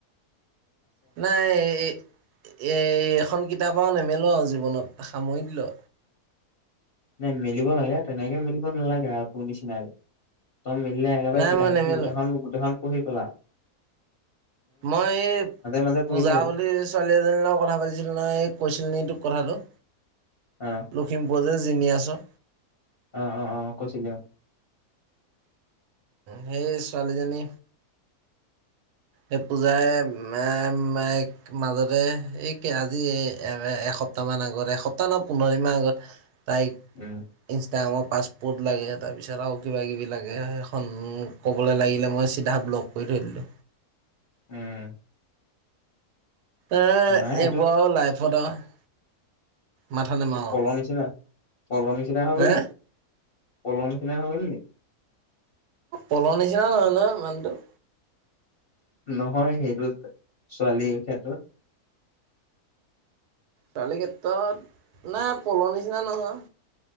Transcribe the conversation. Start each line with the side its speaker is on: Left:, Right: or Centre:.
Right: নাই এ, এ এখন কিতাপ। ক নেমেলো আৰু জীৱনত, সামৰি দিলো।
Left: নাই মেলিব লাগে তেনেকে মেলিব নালাগে আ তোৰ নিচিনাকে। তই মেলিলে একেবাৰে
Right: নাই
Left: কিতাপ
Right: মই নেমেলো।
Left: গোটেইখন-গোটেইখন পঢ়ি পেলাও।
Right: মই এই,
Left: মাজে পঢ়িলেই
Right: পূজা
Left: হ'ল
Right: বুলি ছোৱালী এজনীৰ লগত কথা পাতিছিলো নহয় এই কৈছিল নে তোক কথাটো,
Left: অ
Right: লখিমপুৰ যে জিনি আছ।
Left: আহ, অ অ, কৈছিলি অ।
Right: সেই ছোৱালীজনী। এই পূজায়ে মে, মে, মাজতে, এক আদিয়ে এ-এসপকে ন্তামান আগত এসন্তা ন পোন্ধৰ দিন মান আগত। তাইক,
Left: উম
Right: ইনচ গ্ৰামত পাছপৰ্ট লাগে তাৰপিছত আৰু কিবা-কিবি লাগে সেইখন মোক ক'বলৈ লাগিলে মই চিধা ব্লক কৰি থৈ দিলো।
Left: উম।
Right: এ-এ
Left: নাই এইটো
Right: এইবোৰ আৰু লাইফত আৰু। মাথা নেমাৰো
Left: পলৰ নিচিনা, পলৰ নিচিনা হৈ
Right: হে
Left: গলি নে পলৰ নিচিনা হৈ গলি নে
Right: পলৰ নিচিনা নহয় ন মানুটো।
Left: নহয় সেইটো, ছোৱালীৰ ক্ষেত্ৰত।
Right: ছোৱালী ক্ষেত্ৰত, নাই পলৰ নিচিনা নহয়।